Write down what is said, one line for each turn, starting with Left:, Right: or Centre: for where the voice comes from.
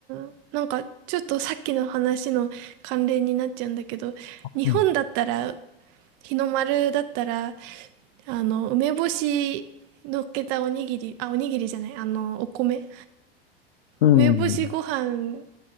Right: ん。なんか、ちょっとさっきの話の関連になっちゃうんだけど、日本だったら、
Left: うん。
Right: 日の丸だったら、あの、梅干し乗っけたおにぎり、あ、おにぎりじゃない、あの、お米。
Left: うん。
Right: 梅干しご飯